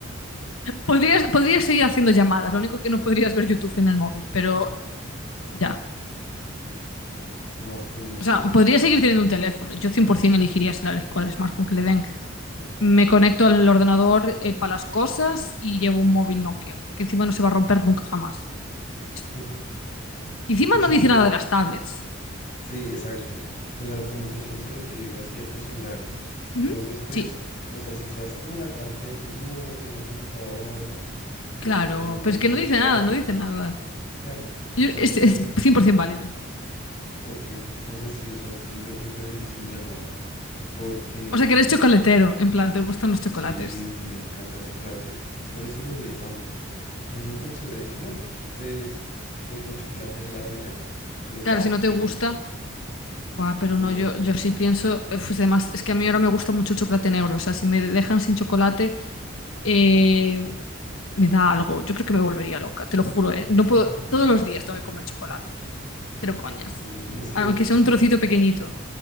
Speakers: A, on the left; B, on the left.
A: Podrías,
B: <laughs>
A: podrías seguir haciendo llamadas, lo único que no podrías ver YouTube en el móvil, pero ya.
B: Guau, pues no sé.
A: O sea, podrías seguir teniendo un teléfono. Yo 100% elegiría ser alérgico al smartphone que le den. Me conecto al ordenador eh, para las cosas y llevo un móvil Nokia, que encima no se va a romper nunca jamás. Pista.
B: <laughs>
A: Y Encima
B: Pues
A: no
B: es
A: dice
B: que
A: nada de las tablets.
B: Sí, exacto. O sea, como que solo se refiere a ciertos celulares.
A: Ujú.
B: Entonces, pues,
A: Sí,
B: o sea, si se hace como la trampa de decir, no, tengo el computador, eh,
A: claro,
B: tengo
A: pero
B: el
A: es
B: Nokia
A: que no dice
B: o
A: nada,
B: algo,
A: no dice nada.
B: claro. O
A: Yo-
B: sea,
A: es,
B: si se
A: es
B: hace,
A: 100% válido.
B: ok, entonces sí, o sea, yo, yo prefiero vivir sin el smartphone porque
A: O sea, que eres chocolatero, en plan, te gustan los chocolates.
B: sí, me encanta el chocolate. Por eso lo dudé tanto. O si no, pero se hubiera dicho, no, pues, dejo el chocolate de lado y ya. Pero, guau,
A: Claro, si no te
B: no,
A: gusta, buah, pero
B: si
A: no,
B: no.
A: yo, yo sí pienso, eh, pues además, es que a mí ahora me gusta mucho el chocolate negro, o sea, si me dejan sin chocolate... eh, me da algo. Yo creo que me volvería loca, te lo juro, ¿eh? No puedo,
B: <laughs>
A: todos los días tengo que comer chocolate. Pero coñas.
B: Eh, es que
A: Aunque sea
B: sien-
A: un trocito pequeñito.